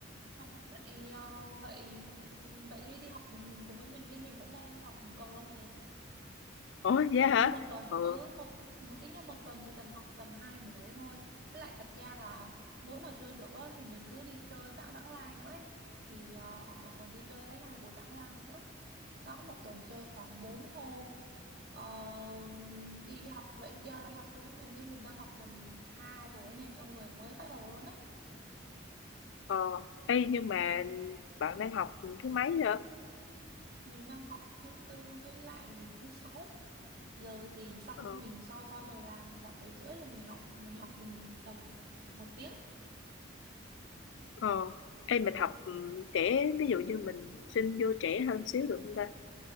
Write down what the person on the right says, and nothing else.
Ờ, Vậy, ờ, vậy ừ, vậy Ly đi học cùng, cùng với mình nên mình cũng đang đi học cầu lông nè
kiểu
như một tuần
ừ một một tính ra một tuần chỉ cần học tầm hai buổi thôi với lại thật ra là muốn mà chơi được á, thì mình cứ đi chơi vãng vãng lai nữa ấy. thì, ờ, thì một Ờ. tuần đi chơi đấy hai buổi vãng lai nữa đó một tuần chơi khoảng bốn hôm ờ, đi đi học vậy thì à, đi học chung với mình đi mình đang học tuần hai buổi này cho người mới bắt đầu luôn á
mình đang học thứ tư với lại thứ sáu giờ thì sau
mình sau sau giờ làm khoảng bảy rưỡi là mình học mình học ừ, tầm một tiếng